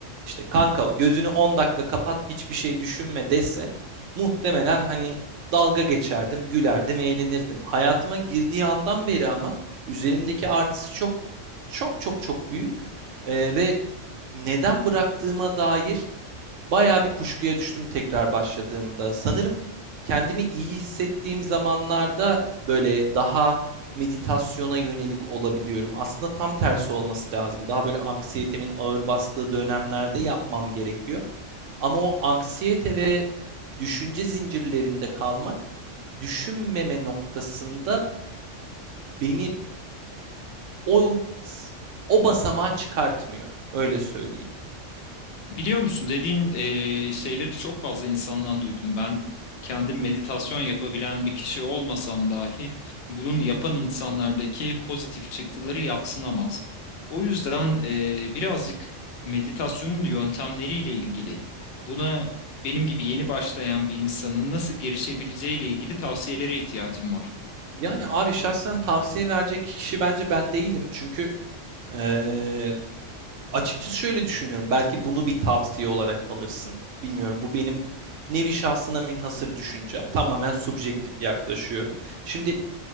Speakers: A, on the right; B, on the left.
A: işte kanka gözünü 10 dakika kapat hiçbir şey düşünme dese muhtemelen hani dalga geçerdim, gülerdim, eğlenirdim. Hayatıma girdiği andan beri ama üzerimdeki artısı çok çok çok çok büyük. Ee, ve neden bıraktığıma dair bayağı bir kuşkuya düştüm tekrar başladığımda. Sanırım kendimi iyi hissettiğim zamanlarda böyle daha meditasyona yönelik olabiliyorum. Aslında tam tersi olması lazım. Daha böyle anksiyetemin ağır bastığı dönemlerde yapmam gerekiyor. Ama o anksiyete ve düşünce zincirlerinde kalmak, düşünmeme noktasında beni o o basamağa çıkartmıyor. Öyle söyleyeyim.
B: Biliyor musun dediğin e, şeyleri çok fazla insandan duydum. Ben kendim meditasyon yapabilen bir kişi olmasam dahi bunun yapan insanlardaki pozitif çıktıları yadsınamaz. O yüzden e, birazcık meditasyonun yöntemleriyle ilgili buna benim gibi yeni başlayan bir insanın nasıl girişebileceğiyle ilgili tavsiyelere ihtiyacım var.
A: Yani abi şahsen tavsiye verecek kişi bence ben değilim. Çünkü eee, açıkçası şöyle düşünüyorum. Belki bunu bir tavsiye olarak alırsın. Bilmiyorum. Bu benim nevi şahsına münhasır düşüncem. Tamamen subjektif yaklaşıyorum. Şimdi